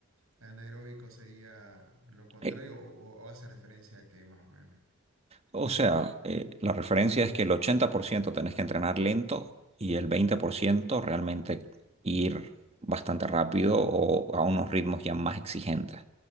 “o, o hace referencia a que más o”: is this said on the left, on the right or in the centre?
Right